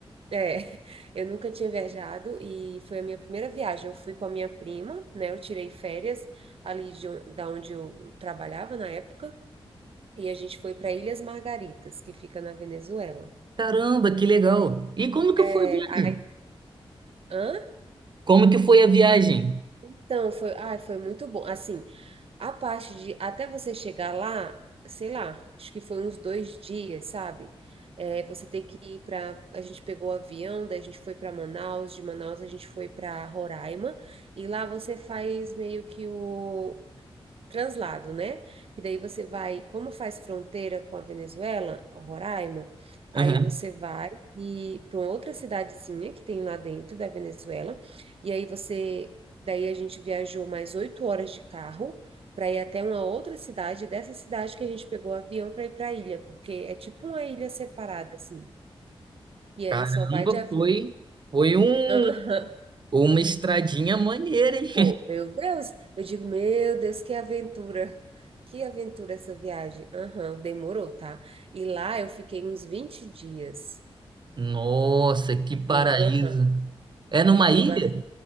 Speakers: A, on the right; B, on the right.
A: É, <laughs> eu nunca tinha viajado e foi a minha primeira viagem. Eu fui com a minha prima, né? Eu tirei férias ali de, on- da onde eu trabalhava na época e a gente foi para Ilhas Margaritas, que fica na Venezuela.
B: caramba, que legal. E como que
A: É,
B: foi a viagem?
A: Hã?
B: Como que foi a viagem?
A: Então, foi, ai, foi muito bom. Assim, a parte de até você chegar lá, sei lá, acho que foi uns dois dias, sabe? É, você tem que ir para. A gente pegou o avião, daí a gente foi para Manaus, de Manaus a gente foi para Roraima, e lá você faz meio que o, translado, né? E daí você vai, como faz fronteira com a Venezuela, Roraima, aí
B: Aham.
A: você vai e para outra cidadezinha que tem lá dentro da Venezuela, e aí você, daí a gente viajou mais oito horas de carro para ir até uma outra cidade, dessa cidade que a gente pegou o avião para ir para a ilha, porque é tipo uma ilha separada assim. E
B: Caramba,
A: aí só vai de avião.
B: foi, foi um,
A: <laughs>
B: Uma estradinha maneira, hein?
A: Pô, meu Deus, eu digo, meu Deus, que aventura, que aventura essa viagem. Aham, demorou, tá? E lá eu fiquei uns 20 dias.
B: <laughs> Nossa, que
A: Fiquei,
B: paraíso.
A: aham,
B: É numa
A: fiquei
B: ilha?
A: bastante.